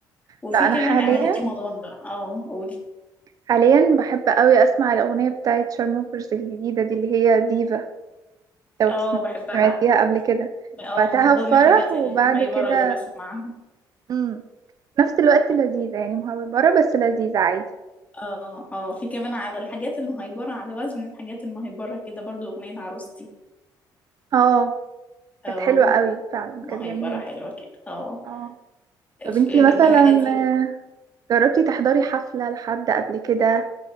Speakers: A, on the left; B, on the right.
A: وفي
B: لا انا
A: كمان
B: حاليا
A: إعلانات رمضان بقى اه قولي
B: حاليا بحب قوي اسمع الاغنية بتاعت شارموفرز الجديدة دي اللي هي ديفا لو
A: اه
B: تسمع
A: بحبها
B: سمعتيها قبل كده
A: اه
B: بعتها
A: من ضمن
B: في فرح
A: الحاجات
B: وبعد
A: المهيبرة
B: كده
A: اللي بسمعها
B: امم نفس الوقت لذيذة يعني مهبرة بس لذيذة عادي
A: اه اه في كمان على الحاجات المهيبرة على وزن الحاجات المهيبرة كده برضو أغنية عروستي
B: اه
A: اه
B: كانت حلوة قوي فعلا كانت
A: هيبقى
B: جميلة
A: حلوة كده اه
B: اه طب
A: ف-
B: انتي
A: من
B: مثلا
A: الحاجات دي
B: آه، جربتي تحضري حفلة لحد قبل كده